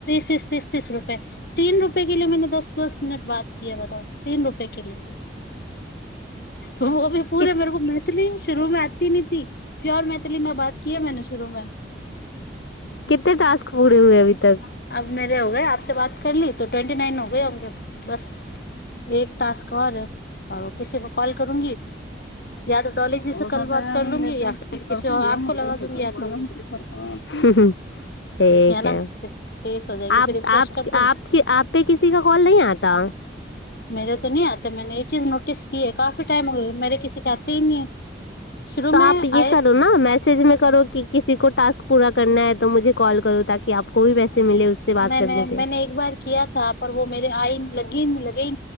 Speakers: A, on the left; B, on the left.
A: बीस तीस तीस तीस रुपए तीन रुपए के लिए मैने दस दस मिनट बात किया बताओ तीन रुपये के लिए वो भी पूरे
B: कि,
A: मेरे को म मैथिली शुरू मे आती नही थी प्योर मैथिली मे बात की है मैंने शुरू में
B: कते टास्क पूरा दू है अभी तक
A: अब मेरे हो गए बात कर ली ट्वेंटी नाइन हो गय होंगे अब बस एक टास्क आओर है किसी को कॉल करूंगी या तो डॉली जी
B: करते
A: से कल बात कर लूंगी या फिर किसी और आपको
B: होतै
A: लगा दूंगी या तो
B: हूँ हूँ ठीक
A: ना
B: है
A: फिर तेज हो जाएंगे
B: आप
A: फिर रिफ्रेश कर दूंगी
B: आपके आपपे किसी का कॉल नहि आता
A: मेरे तो नहि आता मैने ई चीज नोट प्रेक्टिस किए काफी टाइम हो गए मेरे किसी के आती ही नहीं है शुरू
B: तो
A: में
B: आप ये
A: आए
B: करो
A: थे
B: न मैसेजमे करो कि किसी को टास्क पूरा करना है तो मुझे कॉल करो ताकि आपको
A: नहि
B: भी पैसे मिले उससे बात करने
A: नहि
B: पे
A: मैने एक बार किया था पर वो मेरे आइन लगी नहि लगी